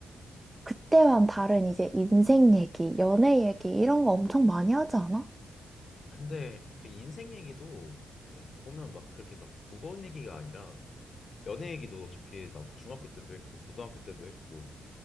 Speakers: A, on the right (about 15°); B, on the left (about 50°).
A: 그때와는 다른 이제 인생 얘기, 연애 얘기 이런 거 엄청 많이 하지 않아?
B: 근데 그 인생 얘기도 보면 막 그렇게 막 무거운 얘기가 아니라 연애 얘기도 어차피 나 중학교 때도 했고 고등학교 때도 했고